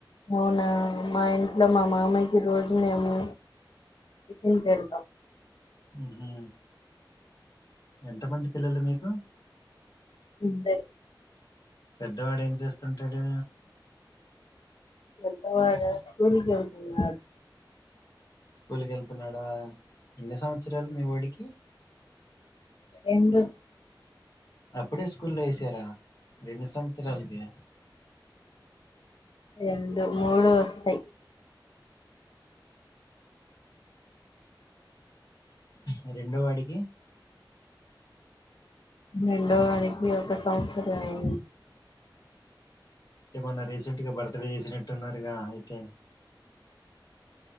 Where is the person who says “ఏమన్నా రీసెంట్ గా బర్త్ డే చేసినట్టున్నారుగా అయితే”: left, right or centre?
Left